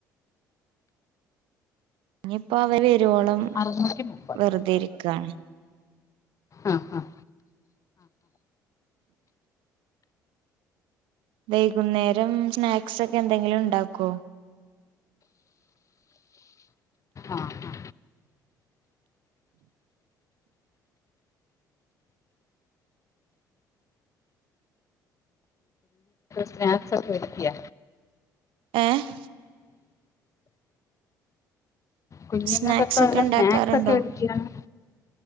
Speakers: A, on the right; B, on the left.
A: ഇഞ്പ്പം അവര് വരോളം
B: അറുന്നൂറ്റി മുപ്പത്
A: വെർതെ ഇരിക്കാണ്.
B: ആഹ് ആഹ്
A: വൈകുന്നേരം സ്നാക്സൊക്കെ എന്തെങ്കിലും ഇണ്ടാക്കോ?
B: ആ ആ. സ്നാക്സ് ഒക്കെ വെക്ക്യ.
A: ഏഹ്
B: കുഞ്ഞുങ്ങൾക്കൊക്കെ
A: സ്നാക്സ് ഒക്കെ
B: ഉള്ള
A: ഇണ്ടാക്കാർണ്ടോ?
B: സ്നാക്സ് ഒക്കെ ഒരുക്കിയാണ്